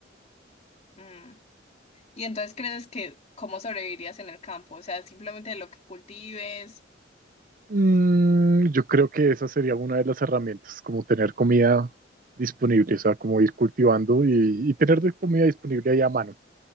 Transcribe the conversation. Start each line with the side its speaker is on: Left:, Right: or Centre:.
Left: Mm. Y entonces crees que cómo sobrevivirías en el campo, o sea, simplemente lo que cultives.
Right: Mm, yo creo que esa sería una de las herramientas, como tener comida disponible, o sea, como ir cultivando y, y tener de comida disponible ahí a mano,